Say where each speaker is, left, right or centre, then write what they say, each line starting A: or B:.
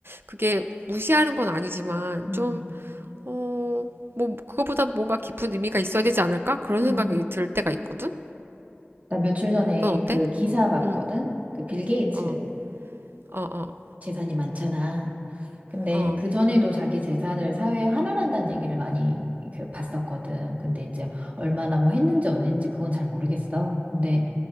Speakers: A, on the right; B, on the right.
A: 그게 무시하는 건 아니지만,
B: 음,
A: 좀, 어, 뭐, 그거보다 뭔가 깊은 의미가 있어야 되지 않을까? 그런
B: 음.
A: 생각이 들 때가 있거든?
B: 나 며칠 전에
A: 넌 어때?
B: 그 기사 봤거든?
A: 응,
B: 그 빌 게이츠
A: 어, 어, 어,
B: 재산이 많잖아. 근데
A: 어,
B: 그 전에도 자기 재산을 사회에 환원한다는 얘기를 많이 그 봤었거든. 근데 이제 얼마나 뭐 했는지 안 했는지 그건 잘 모르겠어. 근데